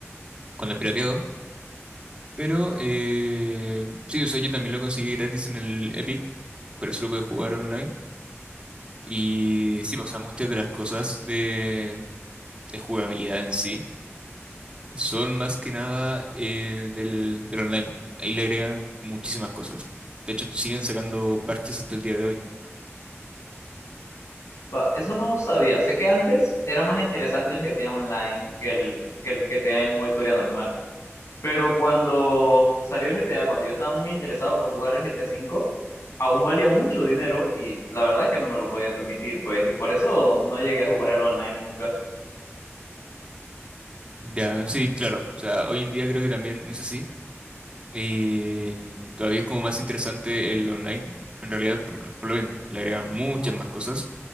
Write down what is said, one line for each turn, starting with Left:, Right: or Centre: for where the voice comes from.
Right: con el pirateado. Pero eh, sí, o sea, yo también lo conseguí gratis en el Epic, por eso lo pude jugar online. Y sí, o sea, muchas de las cosas de, de jugabilidad en sí son más que nada eh, del, del online. Ahí le agregan muchísimas cosas. De hecho, siguen sacando parches hasta el día de hoy.
Left: Va, eso no sabía. Sé que antes era más interesante el GTA Online que el, que el GTA en modo historia normal. Pero cuando salió el GTA, cuando yo estaba muy interesado por jugar el GTA V, aún valía mucho dinero y la verdad es que no me lo podía permitir, pues, y por eso no llegué a jugar el online nunca.
Right: Ya, sí, claro. O sea, hoy en día creo que también es así Y todavía es como más interesante el online, en realidad, por, por lo mismo, le agregan muchas más cosas.